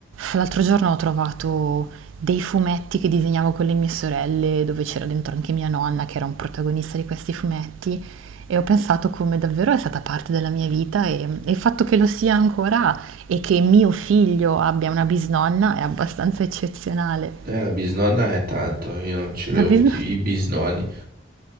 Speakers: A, on the right; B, on the right.
A: L'altro giorno ho trovato dei fumetti che disegnavo con le mie sorelle, dove c'era dentro anche mia nonna, che era un protagonista di questi fumetti, e ho pensato come davvero è stata parte della mia vita e, mm, e il fatto che lo sia ancora e che mio figlio abbia una bisnonna è abbastanza eccezionale.
B: Eh, la bisnonna è tanto, io non ce l'ho
A: La
B: avuti
A: bisnonna
B: i bisnonni.